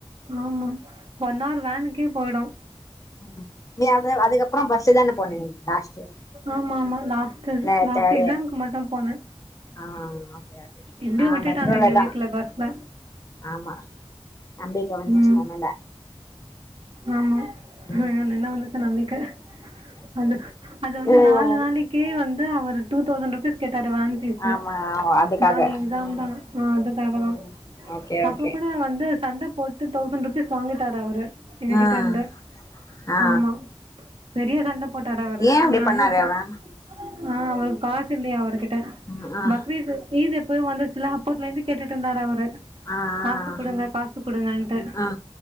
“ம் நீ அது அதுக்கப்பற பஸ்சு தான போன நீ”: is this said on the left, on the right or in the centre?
Left